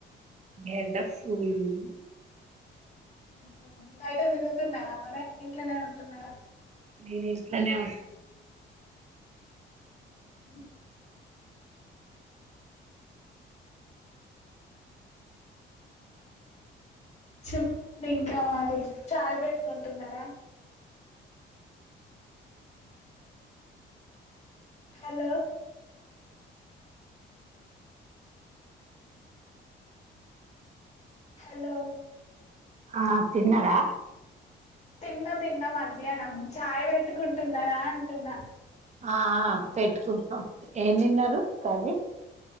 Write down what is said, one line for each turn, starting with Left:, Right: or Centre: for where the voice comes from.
Right: ఎండ ఫూల్ ఉంది.
Left: ఉమ్ బయట తిరుగుతున్నారా మరి ఇంట్లోనే ఉంటున్నారా.
Right: నేను ఇంట్లోనే ఉంటా.
Left: ఉమ్. చెప్ప్ ఇంకా మళ్లీ చాయ్ పెట్టుకుంటున్నారా హలో హలో
Right: ఆ తిన్నరా
Left: తిన్న తిన్న మధ్యాహ్నం చాయ్ పెట్టుకుంటున్నారా అంటున్నా
Right: ఆ పెట్టుకుంటున్నం ఏ తిన్నారు కర్రీ